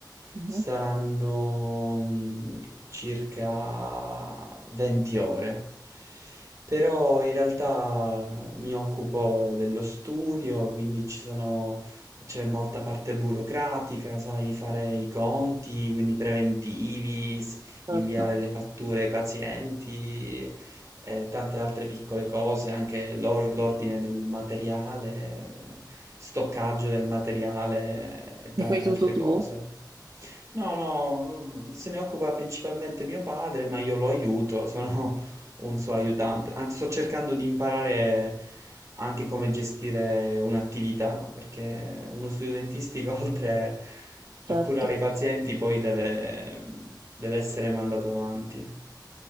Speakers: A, on the right; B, on the right.
A: Mhm,
B: saranno mm, circa 20 ore, però in realtà mi occupo dello studio, quindi ci sono... C'è molta parte burocratica, sai, fare i conti, quindi preventivi, s-
A: Certo.
B: inviare le fatture ai pazienti e tante altre piccole cose, anche l'or- l'ordine del materiale, stoccaggio del materiale e tante
A: E fai tutto
B: altre
A: tu?
B: cose. No, no, se ne occupa principalmente mio padre, ma io lo aiuto, sono un suo aiutante. Anzi, sto cercando di imparare anche come gestire un'attività, perché uno studio dentistico, <laughs> oltre a
A: Certo,
B: curare i pazienti, poi deve, deve essere mandato avanti.